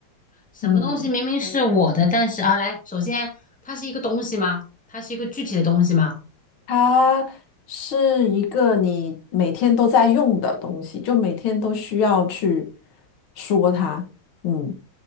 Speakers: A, in the centre; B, on the left.
A: 什么东西明明是我的，
B: 嗯，
A: 但是啊，来，首先它是一个东西吗？它是一个具体的东西吗？
B: 它是一个你每天都在用的东西，就每天都需要去说它。嗯，